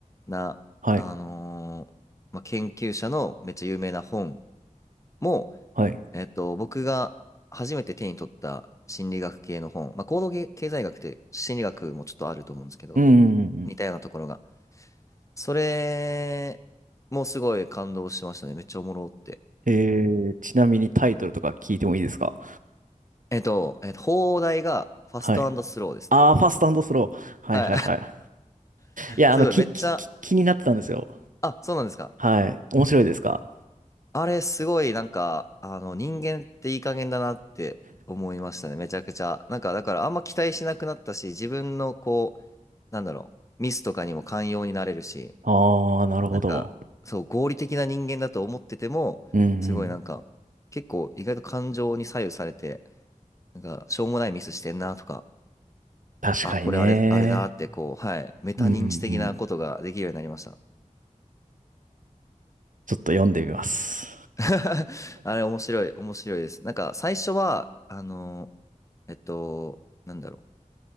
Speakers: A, on the left; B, on the right.
A: な、
B: はい。
A: あのーまあ、研究者のめっちゃ有名な本も、
B: はい。
A: えっと、僕が初めて手に取った心理学系の本。まあ、行動経済学って心理学もちょっとあると思うんですけど、
B: うんうんうん。
A: 似たようなところがそれもすごい感動しましたね。めっちゃおもろって。
B: えー、ちなみにタイトルとか聞いてもいいですか
A: えっと、えっと、放題がファストスローですね。
B: はい。ああ、ファストスロー。はいはいはい。
A: は
B: いや、
A: い。
B: あの、
A: <laughs> すごい、
B: き、
A: めっちゃ、
B: き、き、気になってたんですよ。
A: あ、そうなんですか。
B: はい。面白いですか
A: あれ、すごい、なんか、あの、人間っていい加減だなって思いましたね。めちゃくちゃ。なんか、だから、あんま期待しなくなったし、自分の、こう、なんだろう、ミスとかにも寛容になれるし、
B: ああー、なるほど。
A: なんか、そう、合理的な人間だと思ってても、
B: うんうん。
A: すごい、なんか、結構、意外と感情に左右されて、なんか、しょうもないミスしてんなとか、
B: 確かにね。
A: あ、これあれ、あれだって、こう、はい、メタ認知的なことができるようになりました。
B: うんうんうん。ちょっと読んでみます。
A: <laughs> あれ、面白い、面白いです。なんか、最初は、あの、えっと、なんだろう。